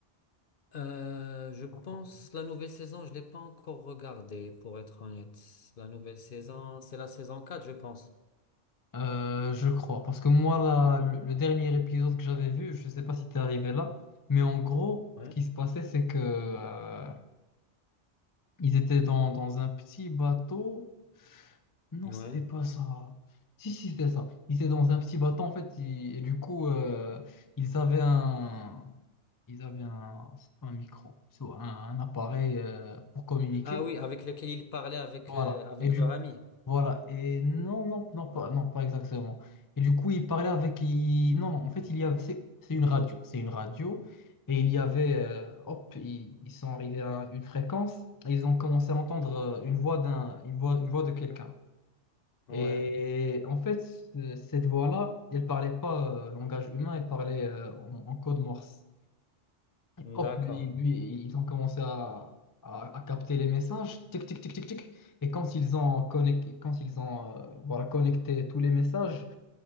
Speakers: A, on the left; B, on the left.
A: Euh, je pense
B: Encore.
A: la nouvelle saison, je l'ai pas encore regardée, pour être honnête. La nouvelle saison, c'est la saison 4, je pense.
B: Euh, je crois. Parce que moi, là, le, le dernier épisode que j'avais vu, je sais pas si t'es arrivé là, mais en gros,
A: Ouais.
B: ce qui se passait, c'est que, euh, ils étaient dans, dans un petit bateau. Non,
A: Ouais.
B: c'était pas ça. Si, si, c'était ça. Ils étaient dans un petit bateau, en fait, ils- et du coup, euh, ils avaient un. Ils avaient un, un micro, so- un, un appareil euh, pour communiquer.
A: Ah oui, avec lequel ils parlaient avec,
B: Voilà.
A: euh, avec
B: Et du
A: leur ami.
B: voilà. Et non, non, non, pas, non, pas exactement. Et du coup, ils parlaient avec. ils- Non, non, en fait, il y avait. C'est c'est une radio. C'est une radio. Et il y avait. euh, hop, ils, ils sont arrivés à une fréquence. Et ils ont commencé à entendre euh, une voix d'un, une voix, une voix de quelqu'un.
A: Ouais,
B: Et en fait, ce- cette voix-là, elle parlait pas euh, langage humain, elle parlait euh, en, en code morse. Hop,
A: d'accord.
B: lui, lui, ils ont commencé à, à, à capter les messages, tic, tic, tic, tic, tic. Et quand ils ont, connect- quand ils ont euh, voilà, connecté tous les messages,